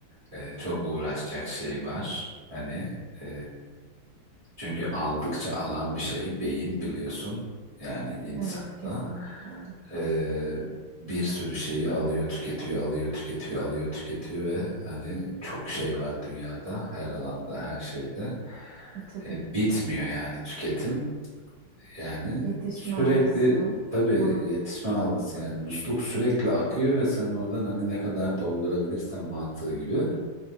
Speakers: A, on the right; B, on the right.
A: E, çok uğraşacak şey var. Hani e, çünkü aldıkça alan bir şey beyin biliyorsun. Yani insanda
B: Evet kesinlikle öyle.
A: e, bir sürü şeyi alıyor, tüketiyor, alıyor, tüketiyor, alıyor, tüketiyor ve hani çok şey var dünyada her alanda, her şeyde.
B: E, tabii.
A: E, bitmiyor yani tüketim. Yani
B: Yetişme
A: sürekli
B: algısı.
A: tabii
B: Aynen.
A: yetişme algısı yani musluk sürekli akıyor ve sen oradan hani ne kadar doldurabilirsen mantığı gibi.